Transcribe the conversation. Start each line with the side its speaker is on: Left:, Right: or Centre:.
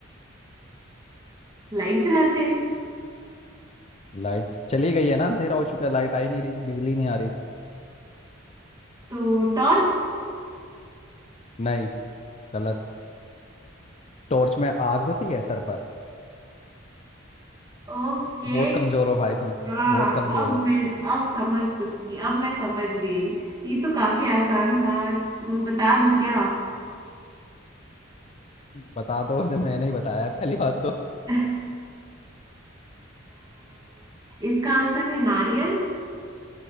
Right: लाइट जलाते हैं
Left: लाइट चली गई है ना अंधेरा हो चुका है लाइट आई नहीं रही बिजली नहीं आ रही
Right: तो टॉर्च
Left: नहीं गलत टॉर्च में आग होती है सर पर
Right: ओके
Left: बहुत कमजोर हो भाई तुम
Right: हाँ
Left: बहुत कमजोर
Right: अब
Left: हो
Right: मैं अब समझ सकती अब मैं समझ गई ये तो काफी आसान था मैं बता दूं क्या
Left: बता दो जब मैंने ही बताया है, पहली बात तो
Right: अम, इसका आंसर है नारियल